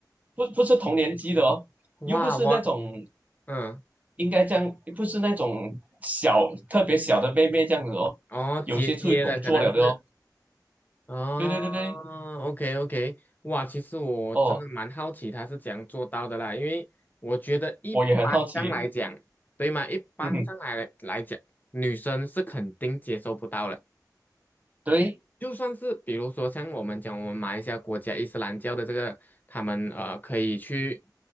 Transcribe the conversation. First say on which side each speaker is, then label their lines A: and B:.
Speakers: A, on the right; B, on the left.
A: 不不是同年级的哦，
B: 哇我
A: 又不是那种
B: 嗯，
A: 应该这样，不是那种小特别小的妹妹这样子哦，
B: 哦姐姐的可能是
A: 有些出去工作了的哦。
B: 哦，OK
A: 对对对对，
B: OK，哇，其实我真的蛮好奇他是怎样做到的啦，
A: 哦，
B: 因为我觉得一般上来讲，
A: 我也很好奇，
B: 对吗？一般上来来讲，
A: 嗯哼，
B: 女生是肯定接受不到的。
A: 对，
B: 就算是比如说像我们讲我们马来西亚国家伊斯兰教的这个，他们呃可以去